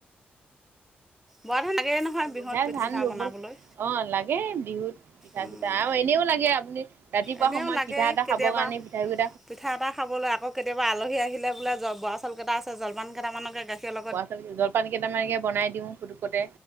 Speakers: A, in the centre; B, on the right (about 70°).
A: বৰা ধান লাগেই নহয়
B: ৰোহে
A: বিহুত পিঠা
B: ধান
A: চিঠা
B: ৰুবই,
A: বনাবলৈ
B: অ লাগেই বিহুত পিঠা-চিঠা
A: উম,
B: আৰু এনেও লাগে আপুনি ৰাতিপুৱা
A: এনেও
B: সময়ত
A: লাগে
B: পিঠা এটা
A: কেতিয়াবা
B: খাব কাৰণে পিঠা গুৰি
A: পিঠা এটা খাবলৈ, আকৌ কেতিয়াবা আলহী আহিলে বোলে জ বৰাচাউল কেইটা আছে, জলপান কেইটামানকে গাখীৰ ল
B: বৰাচাউলখিনি জলপান কেইটামানকে বনাই দিওঁ ফুটুকতে।